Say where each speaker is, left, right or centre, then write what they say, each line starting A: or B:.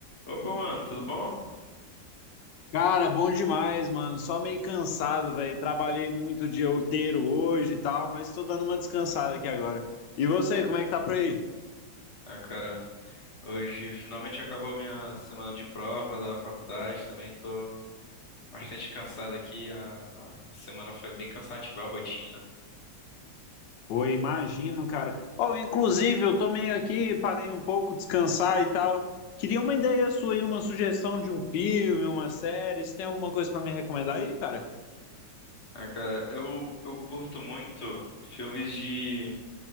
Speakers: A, on the left (about 40°); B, on the left (about 75°).
A: Opa, mano, tudo bom?
B: Cara, bom demais, mano. Só meio cansado, velho. Trabalhei muito o dia inteiro hoje e tal, mas tô dando uma descansada aqui agora. E você, como é que tá por aí?
A: Ah, cara, hoje finalmente acabou minha semana de prova da faculdade, também tô bastante cansado aqui, a, a semana foi bem cansativa a rotina.
B: Pô, imagino, cara. Oh, inclusive, eu tô meio aqui, parei um pouco, descansar e tal. Queria uma ideia sua aí, uma sugestão de um filme, uma série. Você tem alguma coisa pra me recomendar aí, cara?
A: Ah, cara, eu, eu curto muito filmes de,